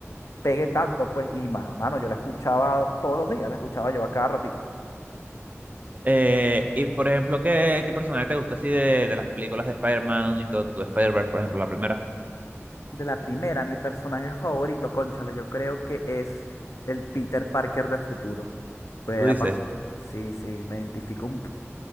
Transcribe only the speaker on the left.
pegue tanto, pues, y ma- mano, yo la escuchaba todos los días, la escuchaba yo a cada ratico.
De la primera, mi personaje favorito, cónchale, yo creo que es el Peter Parker del futuro. Pues,
ha Sí, sí, me identifico un,